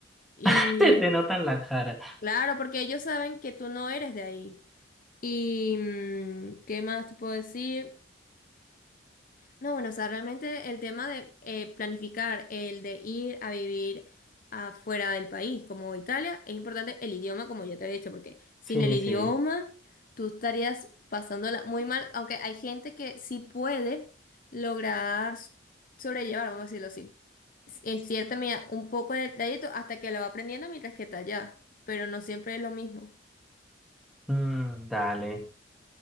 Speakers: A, on the left; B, in the centre.
A: Y
B: <laughs> se te notan la cara.
A: claro, porque ellos saben que tú no eres de ahí. ¿Y mm, qué más te puedo decir? No, bueno, o sea, realmente el tema de eh, planificar el de ir a vivir afuera del país, como Italia, es importante el idioma, como ya te he dicho, porque sin
B: Sí,
A: el idioma
B: sí,
A: tú estarías pasándola muy mal, aunque hay gente que sí puede lograr s- sobrellevar, vamos a decirlo así, s- en cierta medida un poco el trayecto hasta que lo va aprendiendo mientras que está allá, pero no siempre es lo mismo.
B: Mm, dale.